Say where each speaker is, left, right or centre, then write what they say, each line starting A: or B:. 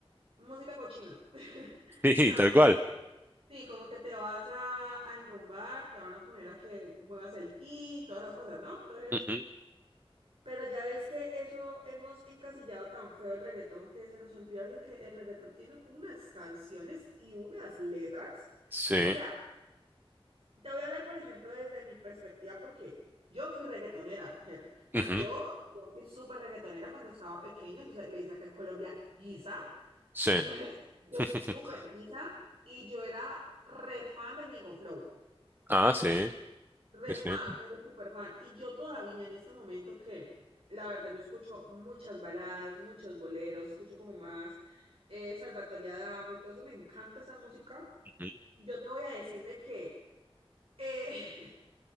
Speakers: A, on the right (about 70°); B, on the right (about 20°).
A: música cochina. <laughs>
B: <laughs> sí,
A: O sea,
B: tal
A: como,
B: cual.
A: sí, como que te vas a, a enrumbar, te van a poner a que muevas el ti, todas esas cosas, ¿no? Entonces,
B: Ujú,
A: pero ya ves que eso hemos encasillado tan feo el reggaetón que se nos olvida a veces que el reggaetón tiene unas canciones y unas letras.
B: Sí,
A: O sea, te voy a hablar, por ejemplo, desde mi perspectiva, porque yo fui reggaetonera, Ger.
B: ujú,
A: O sea, yo, yo fui súper reggaetonera cuando estaba pequeña, o sea, le dice acá en Colombia guisa.
B: sí.
A: Entonces, yo
B: <laughs>
A: fui súper guisa y yo era re fan de Ñengo Flow,
B: Ah, sí,
A: re
B: sí, sí.
A: fan, pero súper fan. Y yo todavía en este momento que, la verdad, yo escucho muchas baladas, muchos boleros, escucho como más eh, Salvatore Adamo y todo eso, me encanta esa música.
B: Ujú.
A: Yo te voy a decir de que... eh, <laughs>